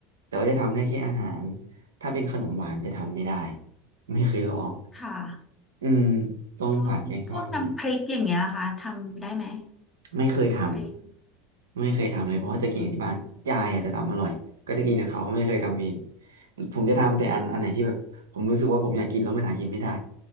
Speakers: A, on the right (about 75°); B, on the left (about 15°).
A: แต่ว่าจะทำได้แค่อาหารถ้าเป็นขนมหวานจะทำไม่ได้ไม่เคยลอง
B: ค่ะ
A: อืมต้มผัดแกงทอดอะไรอย่างเงี้ย
B: แล้วพวกน้ำพริกอย่างเงี้ยนะคะทำได้ไหม
A: ไม่เคยท
B: น้ำพริก
A: ำไม่เคยทำเลยเพราะว่าจะกินกับที่บ้านยายอาจจะทำอร่อยก็จะกินกับเขาไม่เคยทำเอง
B: อืม
A: ผมจะทำแต่อันอันไหนที่แบบผมรู้สึกว่าผมอยากกินแล้วมันหากินไม่ได้
B: ค่ะ